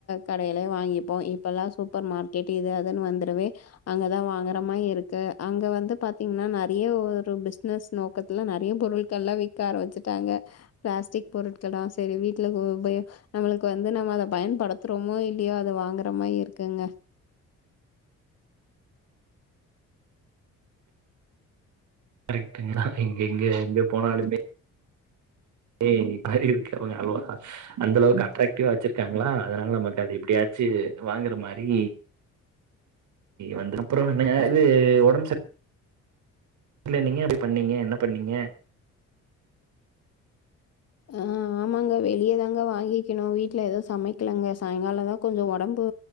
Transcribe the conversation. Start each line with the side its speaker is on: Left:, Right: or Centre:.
Left: கடையிலயே வாங்கிப்போ இப்பல்லா சூப்பர் மார்க்கெட் இது அதுன்னு வந்துருவே அங்கதா வாங்குற மாரி இருக்கு அங்க வந்து பாத்திங்கனா நெறைய ஒரு ஒரு பிசினஸ் நோக்கத்துல நெறைய பொருட்கள்ல்லா விக்க ஆரம்பிச்சுட்டாங்க பிளாஸ்டிக் பொருட்கள்ளா சரி வீட்டுல உ உபயோ நம்மளுக்கு வந்து நம்ம அத பயன்படுத்துறோமோ இல்லயோ அத வாங்குற மாய் இருக்குங்க
Right: கரெக்ட்ங்கா எங்க எங்க எங்க போனாலுமே ஏ <unintelligible> <inaudible> அந்தளவுக்கு அட்ராக்டிவா வச்சிருக்காங் ங்ளா அதனால நமக்கு அது எப்படியாச்சு வாங்குற மாரி வந்துரு அப்புறோ என்னங்க இது ஒடம்பு சரி இல்ல நீங்க அப்படி பண்ணீங்க என்ன பண்ணீங்க
Left: ஆஹ் ஆமாங்க வெளிய தாங்க வாங்கிக்கணு வீட்ல எது சமைக்கலங்க சாயங்காலந்தா கொஞ்சோ ஒடம்பு